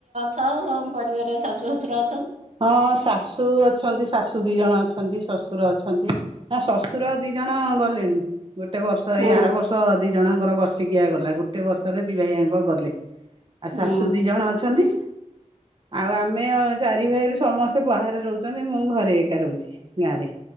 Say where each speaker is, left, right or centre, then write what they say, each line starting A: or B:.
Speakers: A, on the right; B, on the right.
A: ହଁ ହଁ ପରିବାର ଶାଶୁ ଶଶୁର
B: ହଁ ଶାଶୁ ଅଛନ୍ତି। ଶାଶୁ ଦି ଜଣ ଅଛନ୍ତି ଶଶୁ ଶଶୁର ଅଛନ୍ତି ଆ ଶଶୁର ଦିଇ ଜଣ ଗଲେଣି ଗୋଟେ ବର୍ଷ
A: ହଁ
B: ଏଇ ଆର ବର୍ଷ ଦିଇ ଜଣଙ୍କର ବର୍ଷିକିଆ ଗଲା ଗୋଟେ ବର୍ଷରେ ଦିଇ ଭାଇଆଙ୍କ ଗଲେ। ଆଉ
A: ହଁ
B: ଶାଶୁ ଦିଇ ଜଣ ଅଛନ୍ତି। ଆଉ ଆମେ ଚାରି ଦିଇ ଭାଇରୁ ସମସ୍ତେ ବାହାରେ ରୋହୁଚନ୍ତି ମୁଁ ଘରେ ଏକା ରୋହୁଚି। ଗାଁରେ